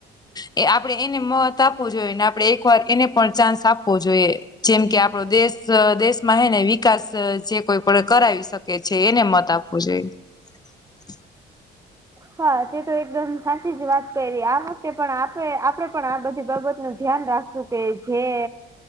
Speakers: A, on the left; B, on the right.
A: એ આપડે એને મત આપવું જોઈએ, ને આપડે એક વાર એને પણ ચાન્સ આપવો જોઈએ. જેમ કે આપડો દેશ, દેશમાં હે ને વિકાસ જે કોઈ પણ કરાવી શકે. કે છે એને મત આપવો જોઈએ. <inaudible>
B: હા તે તો એકદમ સાચી જ વાત કરી આ વખતે પણ આપણે આપડે પણ આ બધી બાબત નું ધ્યાન રાખશું. તે જે.